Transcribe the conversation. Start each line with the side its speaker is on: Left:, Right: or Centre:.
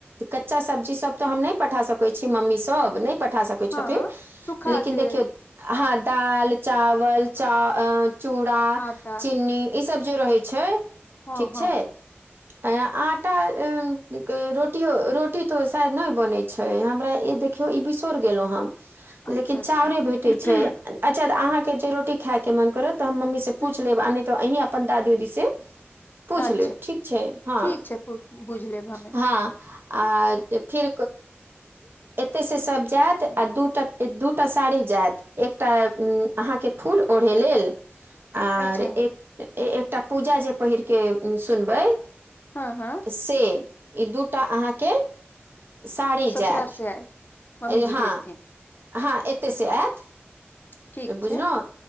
Right: कच्चा सब्जी सब तऽ हम नहि पठा सकैत छी मम्मी सब नहि पठा सकै
Left: हँ
Right: छथिन
Left: सूखा
Right: लेकिन
Left: जे
Right: देखियौ आहा दाल चावल चूड़ा
Left: आटा
Right: चीनी ई सब जे रहै छै
Left: हँ
Right: ठीक छै
Left: <unintelligible>
Right: अ, आटा के रोटी रोटी त सायद नई बनी छै देखियौ ई बिसोर गेलहुं ह
Left: अच्छा
Right: लेकिन
Left: अच्छा
Right: चाउरे भेटै
Left: हू
Right: छै अच्छा तऽ अहाँके जे रोटी खायके मन करत तऽ हम मम्मी से पूछि
Left: हू
Right: लेब आ नहि तऽ अहीं अपन दादी जी से पूछ
Left: अच्छा
Right: लेब ठीक छै हँ
Left: ठीक छै पु- बुझ लेब हमे
Right: हँ और फिर एते से सब जायत आ दू दूटा साड़ी जायत एकटा अहाँके फूल ओढ़ै लेल आर
Left: अच्छा
Right: एक एकटा पूजा जे पहिर कऽ सुनबै
Left: हँ हँ
Right: से ई दूटा अहाँके साड़ी
Left: ससुरार
Right: जायत
Left: से आयत मम्मी
Right: अ
Left: जी
Right: हँ
Left: भेजथिन
Right: हँ एतय से आयत
Left: ठीक
Right: बुझलहुँ
Left: छै